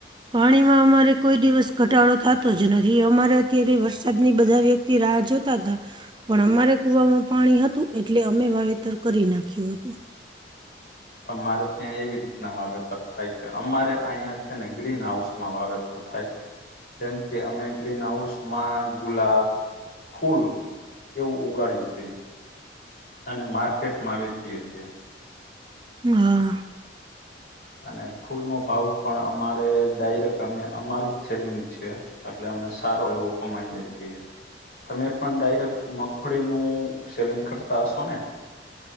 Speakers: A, on the right; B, on the left.
A: પાણીમાં અમારે કોઈ દિવસ ઘટાડો થતો જ નથી, અમારે અત્યારે વરસાદની બધા વ્યક્તિ તે રાહ જોતા હતા. પણ અમારે કુવામાં પાણી હતું, એટલે અમે વાવેતર કરી નાખ્યું હતું.
B: તમારે ત્યાં એવી રીતના વાવેતર થાય છે, અમારે અહીં છે ને, ગ્રીન હાઉસ માં વાવેતર થાય. જેમ કે, અમે ગ્રીન હાઉસ માં ગુલાબ. ફૂલ એવું ઉગાડીશ. અને માર્કેટમાં વેચીએ છીએ.
A: હા.
B: અને ફૂલ નો ભાવ પણ અમારે ડાયરેક્ટ, અમે અમારું જ સેલિંગ છે. એટલે અને સારો એવો કમાઈએે છીએ. તમે પણ ડાયરેક્ટ મગફળીનું સેલિંગ કરતા હશો ને?